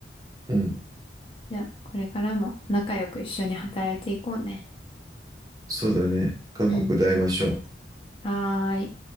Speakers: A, on the right (about 20°); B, on the left (about 30°).
A: う。うん、
B: じゃあ、これからも仲良く一緒に働いていこうね。
A: そうだね。韓国で会いましょう。
B: うん。はーい。